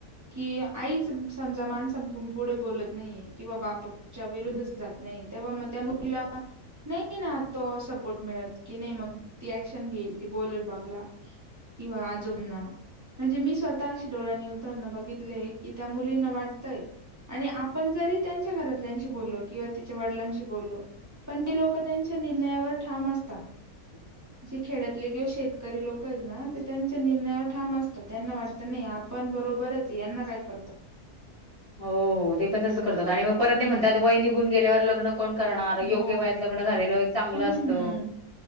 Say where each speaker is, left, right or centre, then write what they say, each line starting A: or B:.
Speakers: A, on the right; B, on the left.
A: कि आईच समजा माणसांपुढे बोलत नाहीये किंवा बा च्या विरुद्धच जात नाही तेव्हा मग त्या मुलीला नाही ना तो सपोर्ट मिळत की, नाही मग ती ऍक्शन घेईल ती बोलेल बापला. किंवा आजोबांना. म्हणजे मी स्वतः अशी डोळ्यांनी उदाहरणं बघितले की त्या मुलींना वाटतंय. आणि आपण जरी त्यांच्या घरातल्याशी बोलो किंवा तिच्या वडिलांशी बोललो पण ते लोक त्यांच्या निर्णयावर ठाम असता
B: <inaudible>
A: जे खेड्यातले किंवा शेतकरी लोक आहेत ना ते त्यांच्या निर्णयावर ठाम असतात त्यांना वाटत नाही पण बरोबरच यांना काय कळतं.
B: हो हो ते पण तसंच करतात आणि मग परत
A: हम्म
B: ते म्हणतात वय निघून गेल्यावर लग्न कोण करणार योग्य
A: हो
B: वयात लग्न झालेलं चांगलं
A: हम्म.
B: असत.